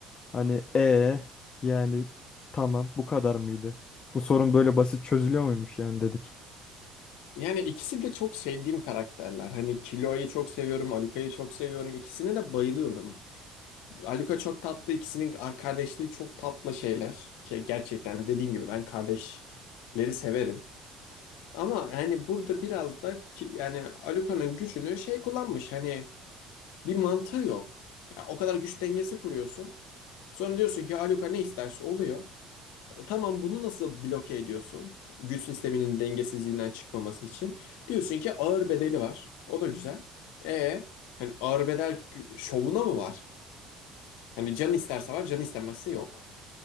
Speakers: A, on the left; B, on the left.
A: Hani e yani tamam bu kadar mıydı? Bu sorun böyle basit çözülüyor muymuş yani dedik.
B: Yani ikisi de çok sevdiğim karakterler. Hani Kilo'yu çok seviyorum, Aluka'yı çok seviyorum. İkisine de bayılıyorum. Aluka çok tatlı, ikisinin ar- kardeşliği çok tatlı şeyler. Ki gerçekten dediğim gibi ben kardeşleri severim. Ama yani burada biraz da ki, yani Aluka'nın gücünü şey kullanmış. Hani bir mantığı yok. Ya o kadar güç dengesi kuruyorsun. Sonra diyorsun ki Aluka ne isterse oluyor. Tamam bunu nasıl bloke ediyorsun? Güç sisteminin dengesizliğinden çıkmaması için. Diyorsun ki ağır bedeli var. O da güzel. E hani ağır bedel şovuna mı var? Hani can isterse var, can istemezse yok.